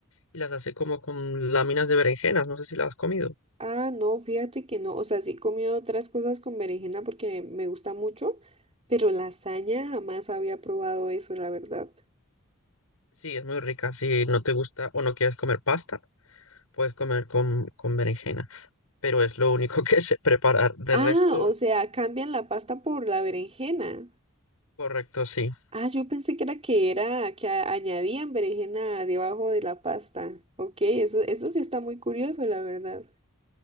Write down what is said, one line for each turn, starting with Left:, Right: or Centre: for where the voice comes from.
Left: y las hace como con láminas de berenjenas, no sé si la has comido.
Right: Ah, no, fíjate que no. O sea, sí he comido otras cosas con berenjena porque me gusta mucho, pero lasaña jamás había probado eso, la verdad.
Left: Sí, es muy rica. Si no te gusta o no quieres comer pasta, puedes comer con, con berenjena, pero es lo único <laughs> que sé preparar. De
Right: Ah,
Left: resto,
Right: o sea, cambian la pasta por la berenjena.
Left: correcto, sí.
Right: Ah, yo pensé que era que era que a- añadían berenjena debajo de la pasta. Ok, eso, eso sí está muy curioso, la verdad.